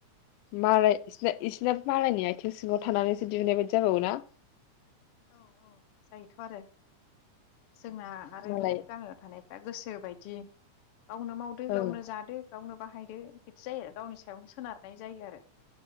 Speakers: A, on the left; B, on the left.
A: मालाय इसना इसिना बालायनि आथिं सिङाव थानानैसो देरनाय बायदि जाबावो ना?
B: औ औ जायोथ' आरो। जोंना आरो
A: मालाय
B: गामियाव थानायफ्रा गोसो बायदि गावनो मावदो
A: ओं
B: गावनो जादो गावनो बाहायदो बिदि जायो आरो गावनि सायावनो सोनारनाय जायो आरो।